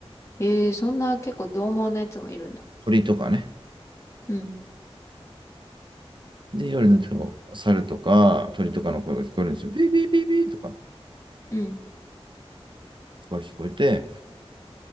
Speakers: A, on the left; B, on the right.
A: ええー、そんな結構獰猛なやつもいるんだ。
B: 鳥とかね。
A: うん、
B: で、夜のと、猿とか鳥とかの声が聞こえるんですよ。ビービービービーとか。
A: うん、
B: が聞こえて、